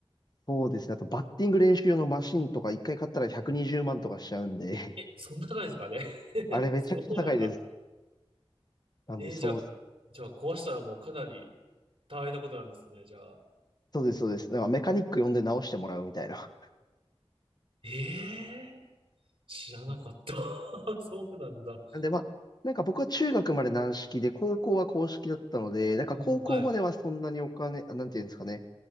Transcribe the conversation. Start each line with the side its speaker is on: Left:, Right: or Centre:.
Left: そうですね。あとバッティング練習用のマシンとか1回買ったら120万とかしちゃうんで、
Right: え、そんな高いんですか、あれ。<laughs>
Left: あれめちゃくちゃ高いです。
Right: そうなんだ。
Left: なんで、
Right: ええ、
Left: そう、
Right: じゃあ、じゃあ壊したらもうかなり大変なことなんですね、じゃあ。
Left: そうです、そうです。なんかメカニック呼んで直してもらうみたいな。
Right: ええ、知らなかった。
Left: うん
Right: <laughs> そうなんだ。
Left: なんでまあ、なんか僕は中学まで軟式で、高校は硬式だったので、なんか高校まではそんなにお金、
Right: うん、はい。
Left: あなんていうんですかね。